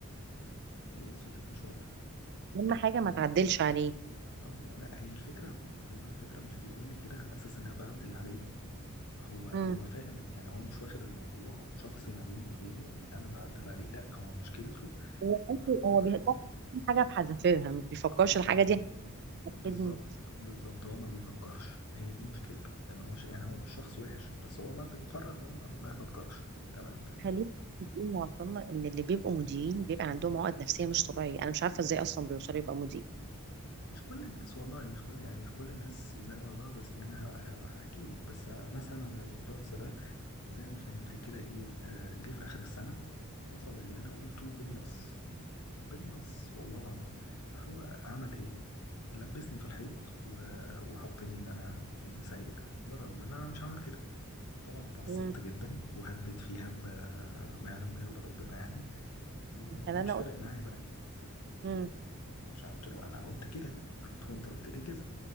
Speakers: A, on the left; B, on the right.
A: ايه صوتك مش واضح
B: أهم حاجه ما تعدلش عليه
A: اه لا هي الفكره هو على فكره مش بيقول لي كده على اساس ان انا بعدل عليه هو هو
B: مم.
A: فاهم يعني هو مش واخد الموضوع شخصي ما بينه وما بينه ان انا بعدل عليه لا هو مشكلته
B: هو بس-
A: ان هو
B: هو بيفكر في حاجه بحذافيرها ما بيفكرش
A: اه
B: الحاجه دي هتفيدني
A: بالظبط بالظبط هو ما بيفكرش هي دي مشكلته ان هو ش... يعني هو مش شخص وحش بس هو ما بيقرر ان هو ما, ما يفكرش تمام
B: خلينا متفقين يا عبد الله ان اللي بيبقوا مديرين بيبقى عندهم عقد نفسيه مش طبيعيه انا مش عارفه ازاي اصلا بيوصلوا يبقى مدير
A: مش كل الناس والله مش كل يعني مش كل الناس زي بعضها بس يعني انا ه- ه- هحكي لك بس مثلا الشخص ده زي ما فهمت كده ايه آه، جه في اخر السنه حصل اللي انا قلته بالنص بالنص والله العظيم فهو عمل ايه لبسني في الحيط و... وحطني ان انا تقييمي سيء بالرغم ان انا مش عامل كده طبعا اتعصبت
B: امم
A: جدا وهبيت فيه هبة ما يعلم بها الا ربنا يعني وما كنتش
B: يعني انا
A: فارق
B: قلت
A: معايا بقى
B: امم
A: عشان قلت له انا قلت كده <laughs> وانت قلت لي كده